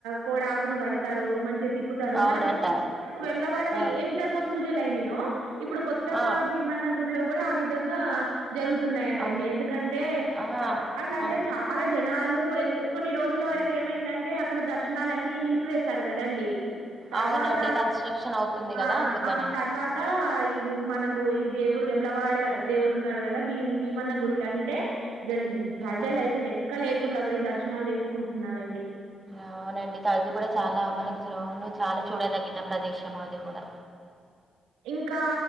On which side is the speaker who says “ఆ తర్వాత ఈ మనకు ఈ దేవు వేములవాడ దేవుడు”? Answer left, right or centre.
Right